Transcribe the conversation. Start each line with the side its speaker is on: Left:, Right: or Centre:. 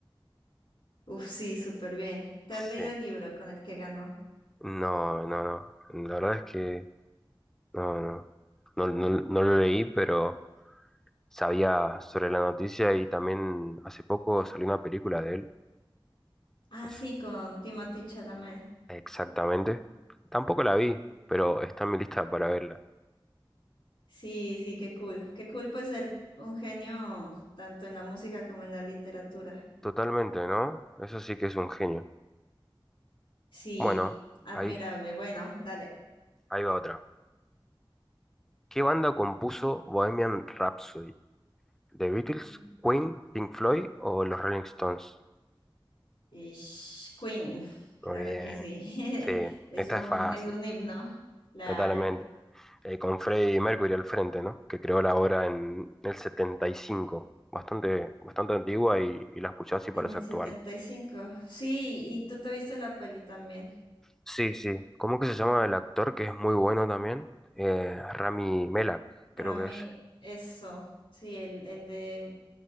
Left: Uf, sí, súper bien. ¿Te
Centre: Sí.
Left: has leído el libro con el que ganó?
Centre: No, no, no. La verdad es que no, no. No, no- no lo leí, pero sabía sobre la noticia y también hace poco salió una película de él.
Left: Ah,
Centre: No
Left: sí,
Centre: sé
Left: con Timothée Chalamet.
Centre: exactamente. Tampoco la vi, pero está en mi lista para verla.
Left: Sí, sí, qué cool. Qué cool pues ser un genio tanto en la música como en la literatura.
Centre: Totalmente, ¿no? Eso sí que es un genio.
Left: Sí,
Centre: Bueno,
Left: admirable.
Centre: ahí,
Left: Bueno, dale.
Centre: ahí va otra. ¿Qué banda compuso Bohemian Rhapsody? ¿The Beatles,
Left: Mm.
Centre: Queen, Pink Floyd o los Rolling Stones?
Left: Ish, Queen,
Centre: Muy
Left: claro
Centre: bien.
Left: que sí. <laughs>
Centre: Sí,
Left: Es
Centre: esta
Left: un,
Centre: es fácil,
Left: es un himno, claro.
Centre: totalmente. Eh, con Freddie Mercury al frente, ¿no? Que creó la obra en el setenta y cinco, Bastante, bastante antigua y, y la escuchás y
Left: En
Centre: parece
Left: el
Centre: actual.
Left: 75. Sí, y tú te viste la peli también.
Centre: Sí, sí. ¿Cómo que se llama el actor que es muy bueno también? Eh, Rami Malek,
Left: Rami,
Centre: creo que es.
Left: eso, sí, el, el de